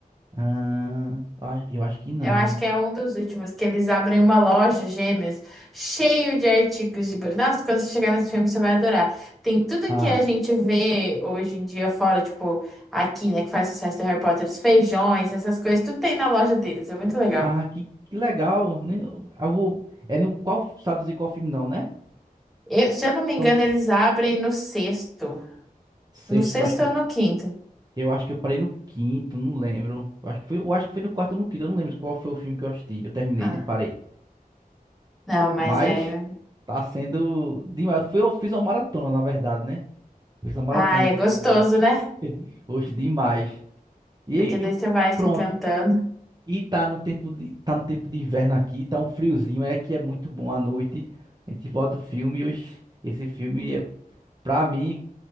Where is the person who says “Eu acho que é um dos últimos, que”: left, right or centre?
Centre